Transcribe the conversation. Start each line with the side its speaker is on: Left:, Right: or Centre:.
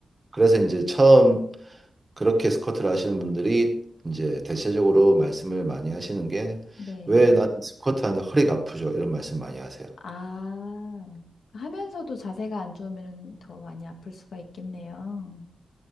Right: 그래서 이제 처음 그렇게 스쿼트를 하시는 분들이 이제 대체적으로 말씀을 많이 하시는 게
Left: 네.
Right: 왜 나는 스쿼트 하는데 허리가 아프죠? 이런 말씀 많이 하세요.
Left: 아, 하면서도 자세가 안 좋으면 더 많이 아플 수가 있겠네요.